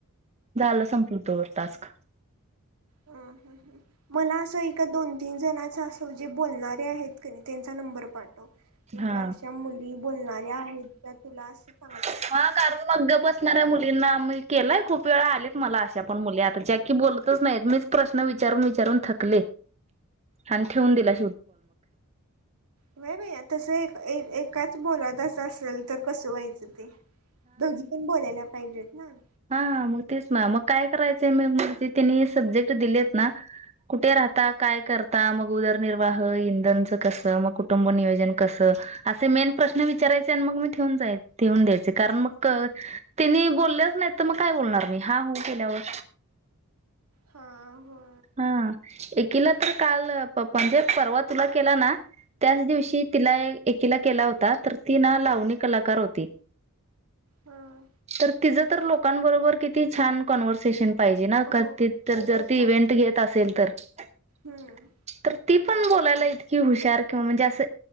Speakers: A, on the right (about 30°); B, on the right (about 80°).
A: झाल संपल द टास्क.
B: हं हं हं. मला असं एका दोन तीन जणाच, असं जे बोलणारे आहेत का नाही त्यांचा नंबर पाठ - म्हणजे
A: हा
B: अशा मुली- बोलणाऱ्या आहेत. त्या तुला असं -
A: हा. कारण मग गप बसणाऱ्या मुलींना मी - केलाय खूप वेळा आलेत मला, अशा पण मुली आता ज्या की बोलतच नाहीत. मी प्रश्न विचारून विचारून थकले. आणि ठेवून दिलाय
B: व्हय भैया तस एक एक एक- काच बोलायचं असेल तर कसं व्हायचं ते? दोघी पण बोलायला पाहिजेत. नाही
A: हाा मग तेच म मग काय करायच म मग जे तिने सब्जेक्ट दिलेत ना कुठे राहता, काय करता, मग उदरनिर्वाह, इंधनच कसं, मग कुटुंब नियोजन कसं, असे मेन प्रश्न विचारायचे आणि मग मी ठेवून जाय ठेवून द्यायचे कारण मग तिनी बोललेच नाही. तर मग काय बोलणार मी हा हू केेल्यावर
B: हा हो
A: हा एकीला तर काल म्हणजे परवा तुला केला ना त्याच दिवशी तिला एकीला केला होता तर ती ना लावणी कलाकार होती
B: हा
A: तर तिचं तर लोकांबरोबर किती छान कॉन्व्हर्सेशन पाहिजे ना
B: हो
A: तर
B: खूपच
A: जर त इव्ं
B: पाहिजे
A: घेत असेल तर
B: हम्म
A: ती पण बोलायला इतकी हुशार किं म्हणजे अस